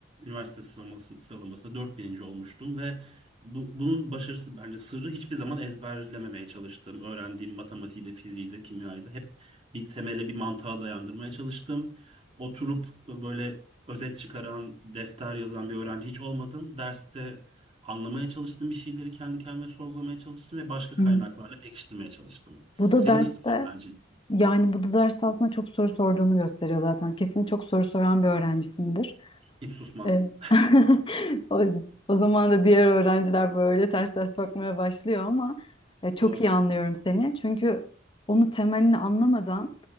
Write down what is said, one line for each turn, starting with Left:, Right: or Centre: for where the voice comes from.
Right: üniversite sıralaması, sıralamasında dört bininci olmuştum ve bu, bunun başarısı bence sırrı hiçbir zaman ezberlememeye çalıştım. Öğrendiğim matematiği de, fiziği de, kimyayı da hep bir temele, bir mantığa dayandırmaya çalıştım. Oturup e, böyle özet çıkaran, defter yazan bir öğrenci hiç olmadım. Derste anlamaya çalıştım bir şeyleri kendi kendime sorgulamaya çalıştım ve başka kaynaklarla
Left: Hı.
Right: pekiştirmeye çalıştım.
Left: Bu da
Right: Senin
Left: derste
Right: nasıl öğrencilik?
Left: yani bu da derste aslında çok soru sorduğunu gösteriyor zaten. Kesin çok soru soran bir öğrencisindir.
Right: Hiç susmazdım.
Left: Evet. <laughs> O, o zaman da diğer öğrenciler böyle ters ters bakmaya başlıyor ama e, çok
Right: <laughs> Doğru.
Left: iyi anlıyorum seni. Çünkü onu temelini anlamadan